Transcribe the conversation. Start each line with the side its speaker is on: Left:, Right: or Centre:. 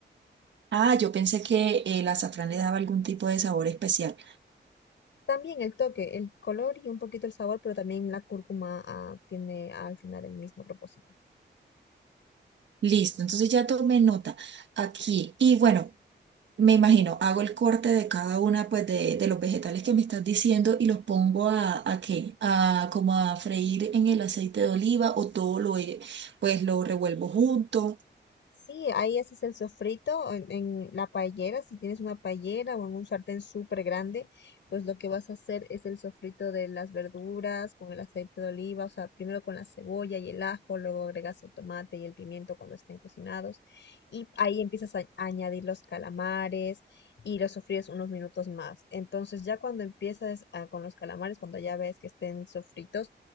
Right: Ah, yo pensé que el azafrán le daba algún tipo de sabor especial.
Left: También el toque, el color y un poquito el sabor, pero también la cúrcuma, ah, tiene al final el mismo propósito.
Right: Listo, entonces ya tomé nota aquí. Y bueno. Me imagino, hago el corte de cada una pues de, de los vegetales que me estás diciendo y los pongo a, a qué, a como a freír en el aceite de oliva o todo lo eh, pues lo revuelvo junto.
Left: Sí, ahí haces el sofrito en, en la paellera, si tienes una paellera o en un sartén súper grande, pues lo que vas a hacer es el sofrito de las verduras con el aceite de oliva, o sea, primero con la cebolla y el ajo, luego agregas el tomate y el pimiento cuando estén cocinados y ahí empiezas a añadir los calamares y los sofríes unos minutos más. Entonces ya cuando empiezas a- con los calamares, cuando ya ves que estén sofritos,